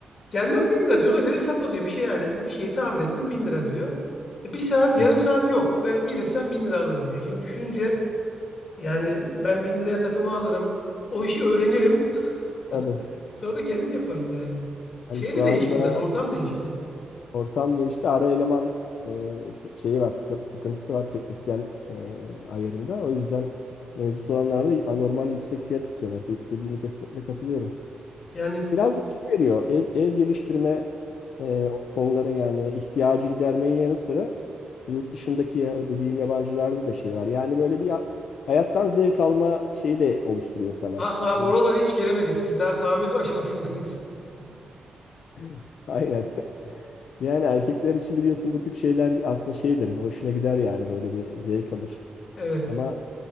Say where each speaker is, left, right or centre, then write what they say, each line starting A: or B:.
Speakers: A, on the left; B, on the left.
A: gelmem bin lira diyor ona göre hesapla diyor bir şey yani bir şeyi tamir ettim 1000 lira diyor. E, bir saat yarım
B: Ya
A: saat yok ben gelirsem 1000 lira alırım diyor. Şimdi düşününce yani ben bin liraya takımı alırım. O işi öğrenirim. <laughs>
B: tabii.
A: Sonra da kendim yaparım yani.
B: Hani
A: Şey
B: şu
A: de değişti
B: anda
A: biraz. Ortam değişti.
B: ortam değişti. Ara eleman e, şeyi var, sı- sıkıntısı var teknisyen e, ayarında. O yüzden mevcut olanlarda anormal yüksek fiyat istiyorlar. De- dediğine kesinlikle katılıyorum.
A: Yani
B: Biraz da şey veriyor. Ev, ev geliştirme e, konuları yani ihtiyacı gidermenin yanı sıra yurt dışındaki ya, o dediğin yabancılarda da şey var. Yani böyle bir a- hayattan zevk alma şeyi de oluşturuyor sana.
A: ah abi
B: Hani
A: oralara
B: bir şey
A: hiç gelemedik. Biz daha tamir aşamasındayız. <laughs>
B: <laughs> Aynen. Yani erkekler için biliyorsun bu tip şeyler aslında şeydir. Hoşuna gider yani böyle bir zevk alır.
A: Evet.
B: Ama